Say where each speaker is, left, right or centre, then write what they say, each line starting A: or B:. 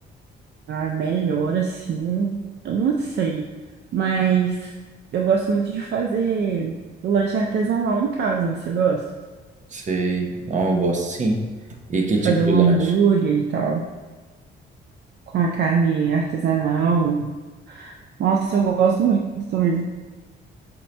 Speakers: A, on the right; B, on the right.
A: Ah, melhor assim, eu não sei. Mas eu gosto muito de fazer lanche artesanal em casa. Você gosta?
B: Sei, não, eu gosto sim. E que
A: De
B: tipo
A: fazer
B: de
A: um hambúrguer
B: lanche?
A: e tal, com a carne artesanal. Nossa, eu gosto muito também.